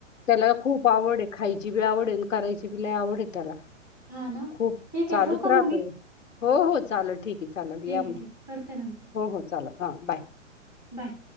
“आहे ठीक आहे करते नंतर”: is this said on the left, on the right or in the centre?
Centre